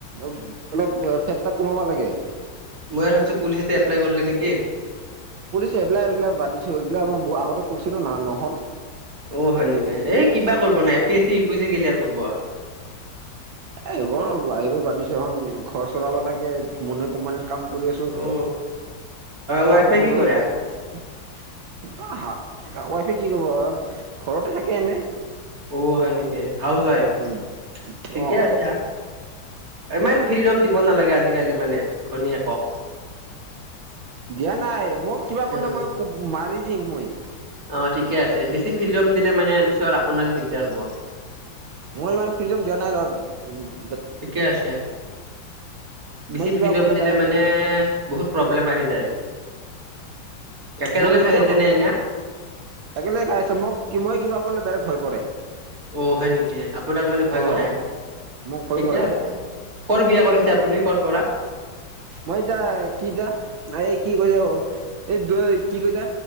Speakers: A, on the right; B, on the right.
A: অলপ ফেট টা কমাব লাগে
B: মই ভাবিছো পুলিচতে এপ্লাই কৰিলে নেকি?
A: পুলিচ এপ্লাইল এইগিলা বাদ দিছো এইগিলা আগতে কৰিছিলো ন নহল
B: অ হয় নেকি এই কিবা কৰিব নাই এপিচি ইউপিচি কৰিলি আৰু কৰবা।
A: এইবোৰ এইবোৰ বাদ দিছো এখন ঘৰ চলাব লাগে মনে কোম্পানীৰ কাম কৰি আছো
B: অ' ৱাইফে
A: পাং পধপ
B: কি কৰে?
A: কা ৱাইফে কি কব ঘৰতে থাকে এনে
B: অ হয় নেকি হাউচ ৱাইফ
A: উম
B: ঠিকে
A: অ
B: আছে। ইমান ফ্ৰীডম দিব নালাগে আজিকালি মানে ঘনীয়েকক
A: দিয়া নাই মই কিবা কলে
B: অ',
A: মই মাৰি দিম মই
B: অ ঠিকে আছে বেছি ফ্ৰিডম দিলে মানে পিছত আপোনাৰ দিগদাৰ হ'ব।
A: মই ইমান ফ্ৰিদম দিয়া নাই ৰত
B: ঠিকে আছে বেছি
A: মই কিবা
B: ফ্ৰিডম
A: ক'লে
B: দিলে
A: ডাইৰেক্ট
B: মানে বহুত প্ৰব্লেম আহি যায়। একেলগে
A: মোক এতিয়াও
B: খাই আছে নে এনে
A: একেলগে খাই আছ মোক মই কিবা কৰিলে ডাইৰেক্ট ভয় কৰে
B: অ হয় নেকি আপোনাক মানে ভয়
A: অ'
B: কৰে
A: মোক ভয়
B: ঠিকে
A: কৰে
B: আছে কৰ বিয়া কৰিছে আপুনি কৰ পৰা?
A: মই দা কি দা এই কি কৈছ এক দুই কি কৈতা